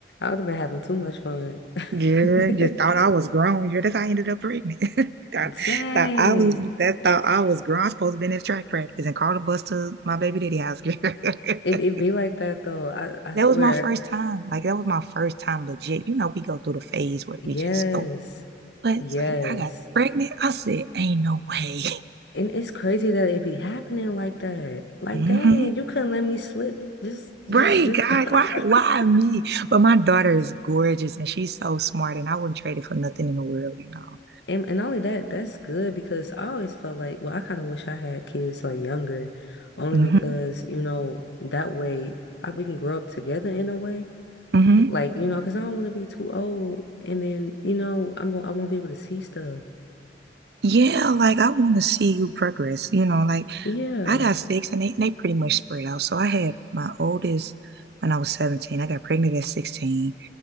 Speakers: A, on the left; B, on the right.
A: would have been having too much fun. <laughs>
B: Yeah, just thought I was grown. Yeah, that's how I ended up pregnant. <laughs> Thought,
A: Dang.
B: thought I was that thought I was grown. I was supposed to been at track practice and called a bus to my baby daddy house, girl. <laughs>
A: It it be like that though. I I
B: That
A: swear.
B: was my first time. Like that was my first time legit. You know, we go through the phase where
A: Yes.
B: we just go, but
A: Yes.
B: it's like I got pregnant. I said, ain't no way.
A: And it's crazy that it be happening like that. Like,
B: <laughs> hmm
A: dang, you couldn't let me slip just just
B: Right,
A: this
B: God, why
A: <laughs>
B: why me? But my daughter is gorgeous and she's so smart and I wouldn't trade it for nothing in the world, you know.
A: And and not only that, that's good because I always felt like, well, I kind of wish I had kids like younger, only
B: hmm
A: because, you know, that way I, we can grow up together in a way.
B: hmm
A: Like, you know, because I don't want to be too old and then, you know, I'm gon- I won't be able to see stuff.
B: Yeah, like I want to see you progress. You know, like
A: Yeah.
B: I got six and they, they pretty much spread out. So I had my oldest when I was 17. I got pregnant at 16.